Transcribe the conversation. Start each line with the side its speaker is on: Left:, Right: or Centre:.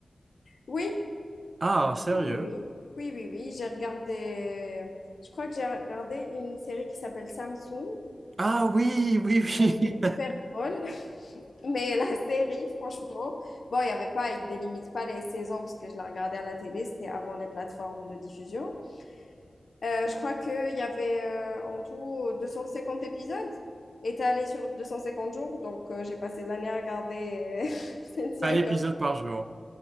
Left: Oui,
Right: Ah, sérieux?
Left: oui, oui, oui, oui, oui, oui, j'ai regardé, je crois que j'ai regardé une série qui s'appelle Samsung.
Right: Ah oui, oui, oui.
Left: Elle était hyper drôle. Mais la <laughs> série, franchement, bon, il y avait pas, il délimite pas les saisons parce que je la regardais à la télé, c'était avant les plateformes de diffusion. Euh, je crois qu'il y avait euh, en tout 250 épisodes étalés sur 250 jours. Donc, euh, j'ai passé l'année à regarder euh, <laughs> cette
Right: <laughs>
Left: série
Right: Un épisode
Left: quand
Right: par jour.